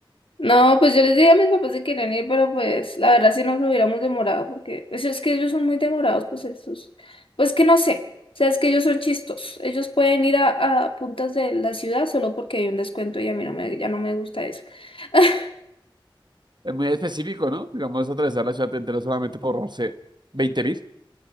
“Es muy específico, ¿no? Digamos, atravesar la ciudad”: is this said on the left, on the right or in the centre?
Right